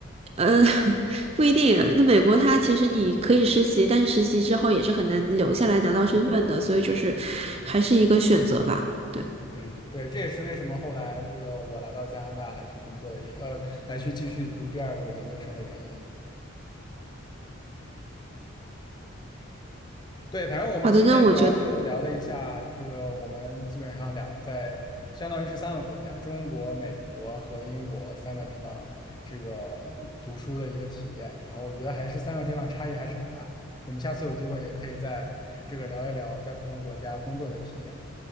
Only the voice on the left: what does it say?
嗯，对，这也是为什么后来这个我来到加拿大来去工作的一个，呃，来去继续读第二个研究生的原因。对，反正我们今天主要就聊了一下这个，
我们基本上两个在相当于是三个国家，中国、美国和英国三个地方这个读书的一个体验。然后我觉得还是三个地方差异还是很大。我们下次有机会也可以在这个聊一聊在不同国家工作的体验。